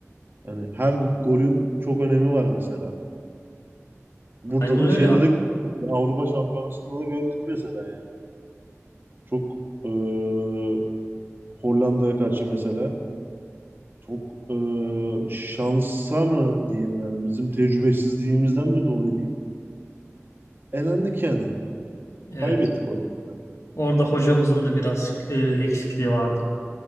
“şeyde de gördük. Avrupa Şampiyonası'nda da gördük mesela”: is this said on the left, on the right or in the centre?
Right